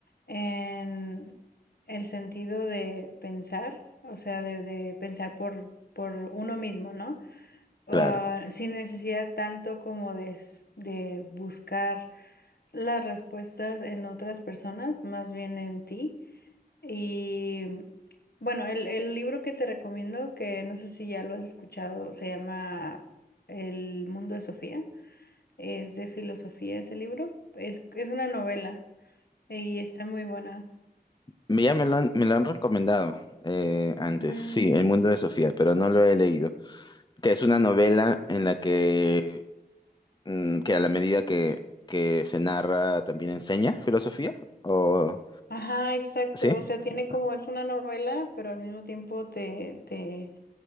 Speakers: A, on the left; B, on the left.
A: en el sentido de pensar, o sea, de, de pensar por, por uno mismo, ¿no? Ah,
B: claro.
A: sin necesidad tanto como de, s- de buscar las respuestas en otras personas, más bien en ti. Y bueno, el, el libro que te recomiendo, que no sé si ya lo has escuchado, se llama El mundo de Sofía. Es de filosofía ese libro. Es, es una novela y está muy buena.
B: Me- Ya me lo han, me lo han recomendado eh, antes,
A: Mm,
B: sí, El mundo de Sofía, pero no lo he leído. que es una novela en la que, mm, que a la medida que, que se narra también enseña filosofía, ¿o
A: Ajá, exacto.
B: sí?
A: O sea, tiene como
B: Ok,
A: es una novela, pero al mismo tiempo te, te,